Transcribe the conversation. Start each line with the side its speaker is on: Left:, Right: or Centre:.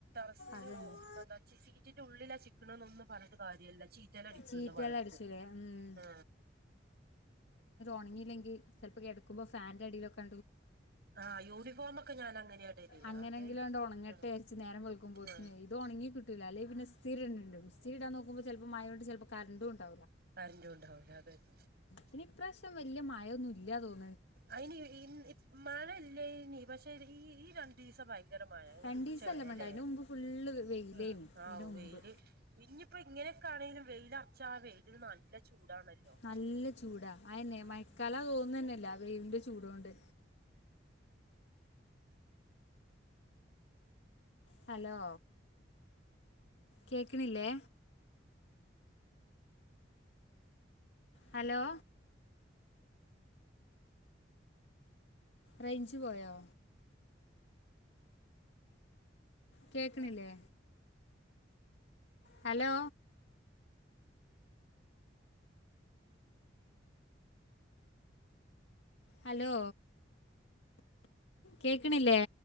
Right: റൽ
Left: അതന്നെ
Right: ചിസ കിട്ട്ള്ളിലാ ചിക്കണന്ന് ഒന്ന് പറു കാര്യല്ല ചീറ്റയില അടിക്കുന്നുണ്ട്
Left: ചീറ്റെല്ലാം
Right: വഴക്ക്
Left: അടിച്ചൂലേ ഉം
Right: ആ
Left: ഉണങ്ങില്ലെങ്കിൽ ചപ്പോ കിടക്കുമ്പോ ഫാന്റെ അടിയിലൊക്കെ
Right: ആ യൂണിഫോമ ഒക്കെ ഞാൻ അങ്ങനെയടല്ല
Left: അങ്ങനെങ്കിലുംണ്ട്
Right: അത്
Left: ഉണങ്ങട്ടെ
Right: ആ
Left: വിചാരിച്ച് നേരം വെളുക്കുമ്പോത്തിന്
Right: ആ
Left: ഇത് ഉണങ്ങി കിട്ടൂ അല്ലങ്ക പിന്ന സ്ഥിര ഉണ്ട്
Right: ഉം
Left: സ്ഥിരിടാ നോുമ്പോ ചിലപ്പോ മഴണ്ട് ചിലപ്പോ കറും ഉണ്ട്
Right: കറന്റും ഉണ്ടാവൂല അതന്നെ
Left: പിന്നപ്രാവശ്യം വല്യ മഴൊന്നും ഇല്ല തോന്ന
Right: അയിനി മഴ ഇല്ല ഇനി പക്ഷെ ഈ ഈ രണ്ടു ദിവസംമായി ഭയങ്കരമായ ഒരു
Left: രണ്ടീസല്ല
Right: ഉച്ച വരെ
Left: വേണ്ട
Right: അല്ലേ
Left: അതിന് മുമ്പ് ഫുള്ള് വെയിലേനി
Right: ആ ആ
Left: അതിന്
Right: വെയില്
Left: മുമ്പ്
Right: ഇനിപ്പോ ഇങ്ങനെ ണെും വെയിലൽ അച്ചാ വെയിൽ നല്ല ചൂടാണല്ലോ
Left: നല്ല ചൂടാ അെന്നെ
Right: ആഹ്
Left: മയക്കാല തോന്നുന്നതന്നെയല്ലാ വേവിറെ ചൂടൊണ്ട് ഹലോ കേക്കണില്ലേ ഹലോ റേഞ്ച് പോയോ കേക്കണില്ലേ ഹലോ
Right: അ
Left: ഹലോ കേക്കണില്ലേ